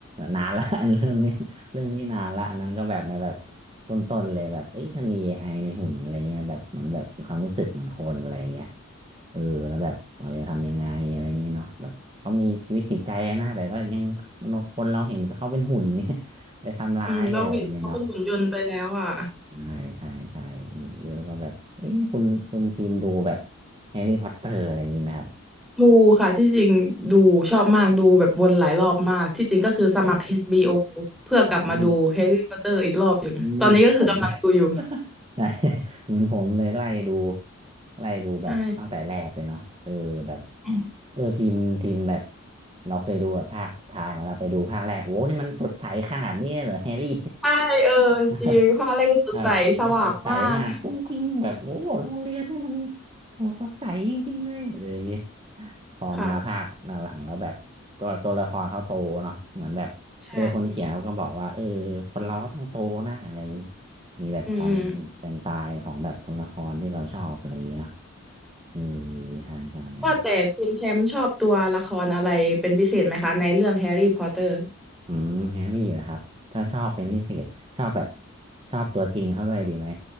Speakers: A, on the right; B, in the centre.
A: นานละ <laughs> อันเรื่องนี้เรื่องนี้นานละอันนั้นก็แบบแบบแบบต้นๆเลยแบบเอ้ยถ้ามี AI ในหุ่นอะไรเงี้ยแบบเหมือนแบบมีความรู้สึกเหมือนคนอะไรเงี้ย เออแล้วแบบเราจะทำยังไงอะไรเงงี้ยเนาะแบบเขามีชีวิตจิตใจนะแต่ก็ยังมนุษย์คนเราเห็นเขาเป็นหุ่นเนี่ย <laughs> ไปทำร้ายอะไรอย่างเงี้ยเนาะ
B: อืมเราเห็นเขาเป็นหุ่นยนต์ไปแล้วอ่ะ
A: ใช่ใช่ใช่หรือแล้วก็แบบเอ๊ะคุณคุณพิมพ์ดูแบบแฮร์รี่พอตเตอร์อะไรอย่างงี้ไหมครับ
B: ดูค่ะที่จริงดูชอบมากดูแบบวนหลายรอบมากที่จริงก็คือสมัคร
A: โอ้
B: HBO เพื่อกลับมาดูแฮร์รี่พอตเตอร์อีกรอบอย่างตอนนี้ก็คือกำลังดูอยู่
A: อืม อืมผมอนผมเลย <laughs> ใช่ <laughs> เหมือนผมเลยไล่ดูไล่ดูแบบตั้งแต่แรกเลยเนาะเออแบบ
B: ใช่อืม
A: เออทีมทีมแบบเราเคยดูแบบภาคสุดท้ายมาเราไปดูภาคแรกโอ้นี่มันสดใสขนาดนี้เลยเหรอแฮร์รี่
B: ใช่เออจริงภาคแรกก็สดใสสว่างมาก
A: <laughs> แบบโอ้โหสดใสมากกุ้งกิ้งแบบโอ้โหโรงเรียนเนี่ยมันโอ้โหสดใสจริงๆเลยอะไรอย่างงี้พอมาภาคหลังๆก็แบบก็แบบตัวละครเขาโตเนาะเหมือนแบบเออคนเขียนเขาก็บอกว่าเออคนเราก็ต้องโตนะอะไรอย่างงี้
B: ค่ะใช่
A: มีแบบการการตายของแบบตัวละครที่เราชอบอะไรอย่างงี้เนอะ
B: อืมอืม
A: เออใช่ใช่ใช่
B: ว่าแต่คุณแชมป์ชอบตัวละครอะไรเป็นพิเศษไหมคะในเรื่องแฮร์รี่พอตเตอร์
A: อืมแฮร์รี่เหรอครับถ้าชอบเป็นพิเศษชอบแบบชอบตัวจริงเขาด้วยดีไหม